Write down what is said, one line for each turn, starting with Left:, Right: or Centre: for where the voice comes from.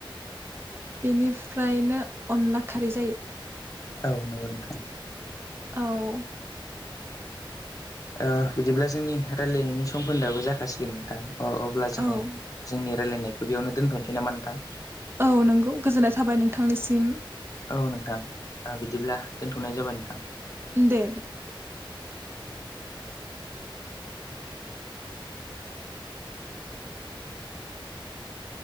Right: बेनिफ्रायनो अनला खारै जायो।
Left: औ नंगौ नोंथां
Right: औ।
Left: ओ बिदिब्ला जोंनि रायलायनायनि सममोन्दोआबो जाखासिगोन नोंथां अ अब्ला जोङो
Right: औ
Left: जोंनि रायलायनायखौ बेयावनो दोनथ'नोसै नामा नोंथां?
Right: औ नंगौ गोजोननाय थाबाय नोंथांनिसिम।
Left: औ नोंथां ओ बिदिब्ला दोनथ'नाय जाबाय नोंथां।
Right: दे बिद <inaudible>